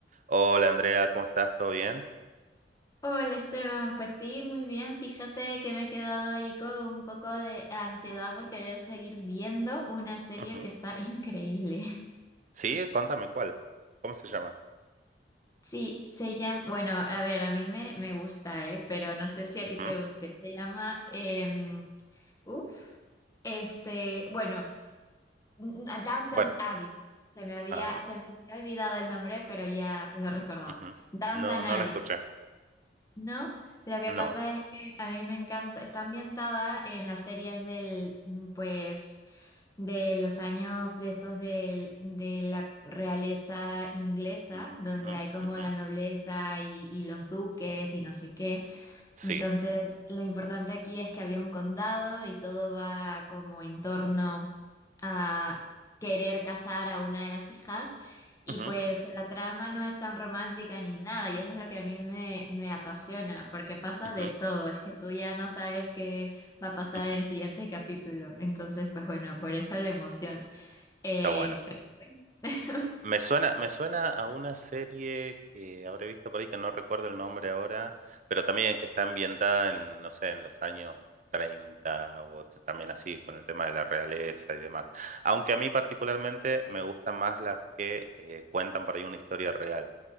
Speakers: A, on the right; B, on the left.
A: Hola Andrea, ¿cómo estás? ¿Todo bien?
B: Hola Esteban, pues sí, muy bien. Fíjate que me he quedado ahí con un poco de ansiedad por querer seguir viendo una serie
A: Ujú.
B: que está increíble. <laughs>
A: Sí, contame cuál. ¿Cómo se llama?
B: Sí, se llama, bueno, a ver, a mí me, me gusta, ¿eh? Pero no sé si a
A: Ujú.
B: ti te guste. Se llama, em, uf, este, bueno, mm, a Downton
A: Bueno,
B: Abbey. Se me había,
A: ah,
B: se me había olvidado el nombre, pero ya lo he recordado.
A: ujú.
B: Downton
A: No, no
B: Abbey.
A: la escuché.
B: ¿no? Lo que
A: No.
B: pasa es que a mí me encanta, está ambientada en las series del, mm, pues, de los años de estos del- de la realeza inglesa,
A: Ujú,
B: donde
A: ujú.
B: hay como la nobleza y, y los duques y no sé qué.
A: Sí.
B: Entonces, lo importante aquí es que había un condado y todo va como en torno a querer casar a una de las hijas. Y
A: Ujú,
B: pues la trama no es tan romántica ni nada, y eso es lo que a mí me, me apasiona, porque pasa
A: ujú,
B: de todo, es que tú ya no sabes qué va a pasar
A: ujú.
B: en el siguiente capítulo. Entonces, pues bueno, por eso la emoción. Eh,
A: Está bueno.
B: <laughs>
A: Me suena, me suena a una serie que habré visto por ahí, que no recuerdo el nombre ahora, pero también que está ambientada en, no sé, en los años 30 o t- también así, con el tema de la realeza y demás. Aunque a mí particularmente me gustan más las que eh, cuentan por ahí una historia real.